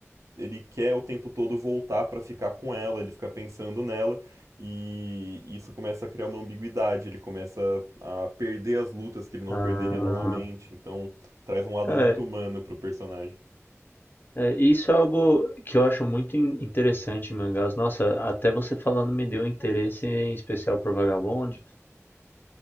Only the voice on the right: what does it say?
ele quer o tempo todo voltar pra ficar com ela, ele fica pensando nela, e isso começa a criar uma ambiguidade, ele começa a perder as lutas que ele não
perderia normalmente, então traz um lado
muito humano pro personagem.